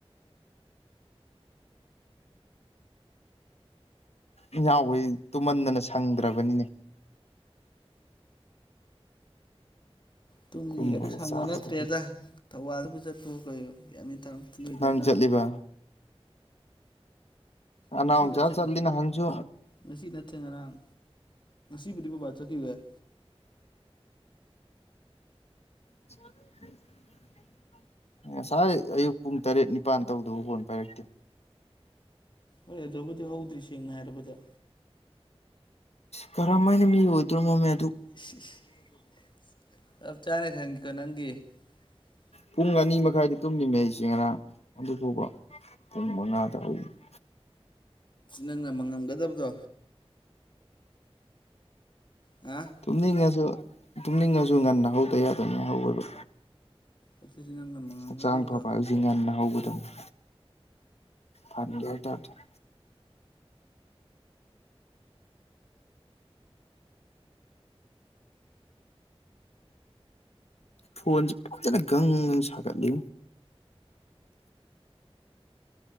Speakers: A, on the left; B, on the left.
A: ꯏꯅꯥꯎꯗꯤ ꯇꯨꯝꯃꯟꯗꯅ ꯁꯪꯗ꯭ꯔꯕꯅꯤꯅꯦ
B: ꯇꯨꯡꯒꯦꯒꯗꯨ
A: ꯇꯨꯝꯕꯒ
B: ꯁꯪꯕ
A: ꯆꯥꯕꯒ
B: ꯅꯠꯇ꯭ꯔꯦꯗ ꯊꯧꯕꯥꯜꯗꯕꯨ ꯆꯠꯄꯑꯣ ꯀꯩꯑꯣ ꯒꯌ꯭ꯥꯟ ꯅꯣꯏꯗꯧꯅ
A: ꯅꯪ ꯆꯠꯂꯤꯕ ꯑꯅꯥꯎꯆꯥ
B: ꯉꯁꯤ ꯅꯠꯇꯦꯅ
A: ꯆꯠꯂꯤ ꯅꯍꯥꯟꯁꯨ
B: ꯉꯁꯤ ꯅꯠꯇꯦ ꯉꯔꯥꯡ ꯗꯤꯕꯨꯗꯤ ꯕꯣꯕꯥ ꯆꯇꯈꯤꯋꯦ <unintelligible>
A: <unintelligible> ꯉꯁꯥꯏ ꯑꯌꯨꯛ ꯄꯨꯡ ꯇꯔꯦꯠ ꯅꯤꯄꯥꯟ ꯇꯧꯗꯕ ꯐꯣꯟ ꯄꯥꯏꯔꯛꯇꯦ
B: ꯍꯣꯏ ꯑꯗꯨꯕꯨꯗꯤ ꯍꯧꯗ꯭ꯔꯤ ꯁꯦꯡꯅ ꯍꯥꯏꯔꯕꯗ
A: ꯀꯔꯝ ꯃꯥꯏꯅꯦ ꯃꯤ ꯑꯣꯏꯗ꯭ꯔꯣ ꯃꯣꯃꯦ
B: <unintelligible>
A: ꯄꯨꯡ ꯑꯅꯤ ꯃꯈꯥꯏꯗꯤ ꯇꯨꯝꯃꯤꯃꯦ ꯑꯩꯁꯦ ꯉꯔꯥꯡ ꯑꯗꯨ ꯐꯥꯎꯕ ꯊꯅꯗ <unintelligible>
B: ꯅꯪꯅ ꯃꯪꯉꯝꯒꯗꯕꯗꯣ ꯑ
A: ꯇꯨꯝꯅꯤꯡꯉꯁꯨ ꯇꯨꯝꯅꯤꯡꯉꯁꯨ ꯉꯟꯅ ꯍꯧꯗ ꯌꯥꯗꯣꯏꯅꯤ ꯍꯧꯋꯦꯕ
B: ꯑꯗꯨꯗꯤ ꯅꯪꯅ ꯃꯪꯉꯝꯒꯗꯕꯗꯣ
A: ꯍꯛꯆꯥꯡ ꯐꯕ ꯍꯥꯏꯁꯤ ꯉꯟꯅ ꯍꯧꯒꯗꯕꯅꯤ ꯐ <unintelligible> ꯐꯣꯟꯁꯦ ꯐꯖꯅ ꯒꯪ ꯁꯥꯒꯠꯂꯤ